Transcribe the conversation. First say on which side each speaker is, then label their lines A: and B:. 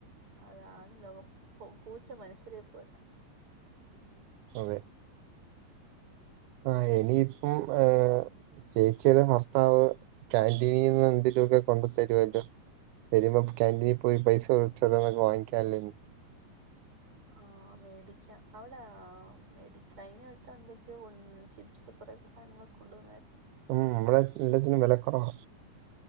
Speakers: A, on the right; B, on the right.
A: അതാണ് ലോ പു പൂച്ച മനുഷ്യരെ പോല.
B: അതെ ആ എനിയിപ്പം ഏഹ്. ചേച്ചിയുടെ ഭർത്താവ് കാന്റീനീന്ന് എന്തേലു ഒക്കെ കൊണ്ടു തരുവല്ലോ. വെരുമ്പോ കാന്റീനി പോയി പൈസ കൊ ചെലവാ വാങ്ങിക്കാല്ലോ നി.
A: ആ മേടിക്കാ. അവ്ടെ മേടി കയി ഞ്ഞവട്ടം എന്തൊക്കെയോ ഉണ് ചിപ്സ് കൊറെക്കെ സാധനങ്ങളൊ. കൊണ്ടു വന്നായിരുന്നു
B: ഉം അമ്മടെ എല്ലത്തിനും വെലക്കൊറവ